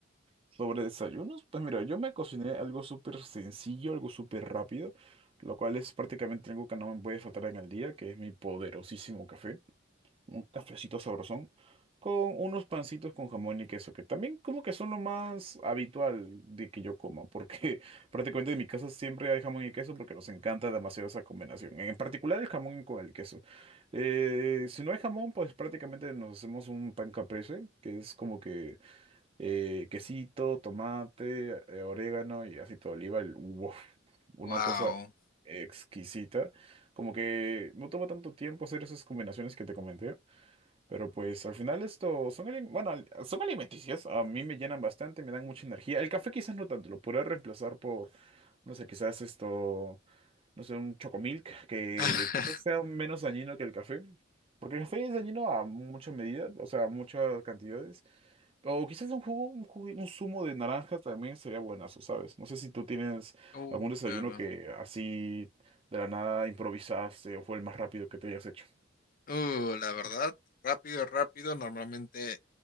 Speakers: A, on the right; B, on the left.
A: Sobre desayunos, pues mira, yo me cociné algo súper sencillo, algo súper rápido, lo cual es prácticamente algo que no me puede faltar en el día, que es mi poderosísimo café. un cafecito sabrosón, con unos pancitos con jamón y queso, que también como que son lo más habitual de que yo coma, porque <laughs> prácticamente en mi casa siempre hay jamón y queso porque nos encanta demasiado esa combinación, en particular el jamón con el queso. Eh, si no hay jamón, pues prácticamente nos hacemos un pan caprese, que es como que eh, quesito, tomate, eh, orégano y aceite de oliva, y, uf, una
B: wow.
A: cosa exquisita. Como que no toma tanto tiempo hacer esas combinaciones que te comenté. Pero pues al final esto son, ali- bueno, al- son alimenticios, a mí me llenan bastante, me dan mucha energía. El café quizás no tanto, lo podría reemplazar por, no sé, quizás esto, no sé, un chocomilk, que
B: <laughs>
A: quizás sea menos dañino que el café. Porque el café es dañino a mucha medida, o sea, a muchas cantidades. O quizás un jugo, un jugo, un zumo de naranja también sería buenazo, ¿sabes? No sé si tú tienes
B: Uh,
A: algún desayuno
B: claro.
A: que así de la nada improvisaste o fue el más rápido que te hayas hecho.
B: Uh, la verdad, rápido, rápido, normalmente.